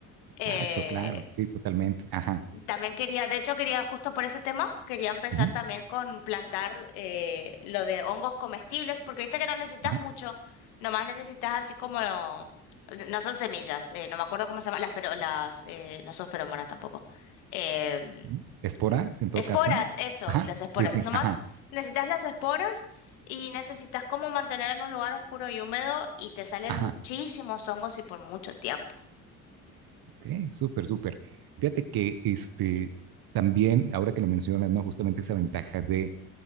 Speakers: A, on the right (about 55°); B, on the left (about 75°).
A: exacto,
B: Eh,
A: claro, sí, totalmente, ajá,
B: también quería, de hecho quería justo por ese tema, quería empezar
A: ujú,
B: también con plantar eh, lo de hongos comestibles porque viste que no necesitas
A: ajá,
B: mucho, nomás necesitas así como, no son semillas, eh, no me acuerdo cómo se llama, las, fero- las eh, no son feromonas tampoco. em,
A: ujú. esporas en todo
B: Esporas,
A: caso,
B: eso,
A: ajá,
B: las esporas.
A: sí, sí,
B: Nomás
A: ajá,
B: necesitas las esporas y necesitas como mantener en un lugar oscuro y húmedo y te salen
A: ajá,
B: muchísimos hongos y por mucho tiempo.
A: Ok, súper, súper. Fíjate que este, también, ahora que lo mencionas, ¿no? Justamente esa ventaja de,